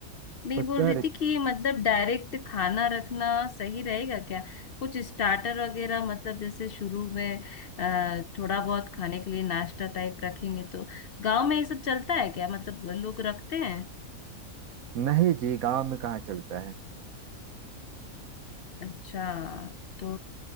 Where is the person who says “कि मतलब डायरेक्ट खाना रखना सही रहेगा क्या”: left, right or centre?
Left